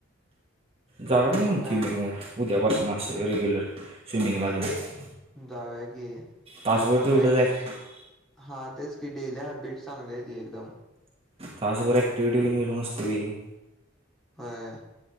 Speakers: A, on the right; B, in the centre.
A: जावा म्हणती
B: मग काय
A: मी मग, उद्यापासून असं रेग्युलर स्विमिंगला <unintelligible>
B: जाऊया की.
A: तासभर
B: बर
A: तेवढंच
B: ऐक
A: आहे
B: हा, तेच की डेली हॅबिट चांगली आहे ती एकदम.
A: तासभर ऍक्टिव्हिटी घेऊन गेलो मस्तपैकी.
B: होय व्हय?